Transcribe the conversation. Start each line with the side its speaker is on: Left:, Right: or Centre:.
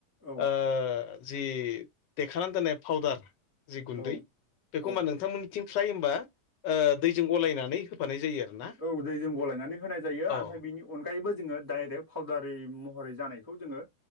Right: औ
Left: ओ जि देखानानै दोननाय फावउदार जि गुन्दै
Right: औ
Left: बेखौ
Right: औ
Left: मा नोंथांमोन आथिं फ्राय हबा दैजों गलायनानै हो होनाय जायो आरो ना।
Right: औ दै जों गलायनानै होनाय जायो ओमफाय
Left: औ
Right: बिनि अनगायैबो जोंङो डाइरेक्ट फावउदारि महरै जानायखौ जोंङो